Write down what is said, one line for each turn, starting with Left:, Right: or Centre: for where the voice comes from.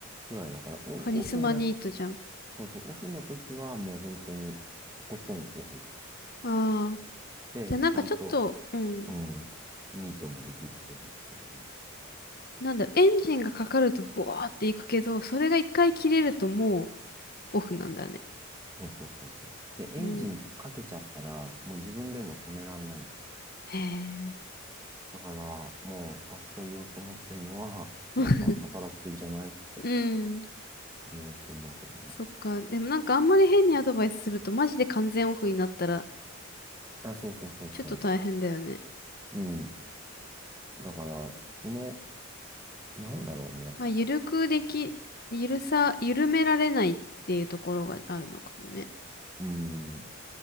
Right: ぐらいだから、オ、
Left: カリスマニートじゃん。
Right: オフにな、そうそう、オフの時はもう本当に、とことんオフ
Left: ああ、
Right: で、
Left: じゃあなんかちょっと、
Right: ちゃんと、
Left: うん。
Right: うん、ニートもできる人なんだけどね。
Left: なんだろう、エンジンがかかるとボワーっていくけど、それが一回切れるともうオフなんだね。
Right: そうそうそうそう。で、エンジンかけちゃったら、
Left: うん。
Right: もう自分でも止めらんないの。
Left: へえ。
Right: だから、もう明日言おうと思ってるのは、<laughs>
Left: <laughs>
Right: なんか働きすぎじゃないって
Left: うん。
Right: 言おうと思うけどね。
Left: そっか。でもなんかあんまり変にアドバイスするとマジで完全オフになったら
Right: あ、そうそうそうそ
Left: ちょっと大変だよね。
Right: う。うん。だから、その、なんだろうね。
Left: まあ、ゆるくでき、ゆるさ、緩められないっていうところがあるのかもね。
Right: うん。